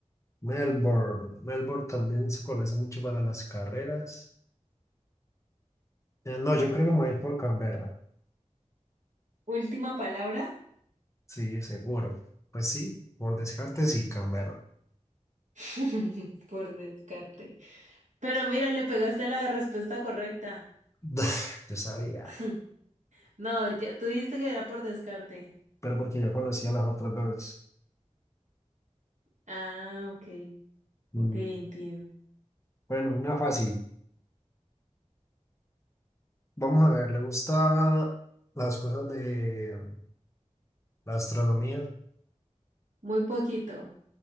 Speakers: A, on the left; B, on the right.
A: Melbourne. Melbourne también se conoce mucho para las carreras. Eh, No, yo creo que me voy a ir por Canberra.
B: Última palabra
A: Sí, seguro. Pues sí, por descarte sí, Canberra.
B: <laughs> por descarte. Pero mira, le pegaste la respuesta correcta.
A: <laughs> Yo sabía,
B: <laughs> No, ya tú dijiste que era por descarte.
A: pero porque yo conocía las otras dos.
B: Ah, ok,
A: Mm,
B: ok, entiendo.
A: Bueno, una fácil. Vamos a ver, ¿le gusta las cosas de la astronomía?
B: Muy poquito.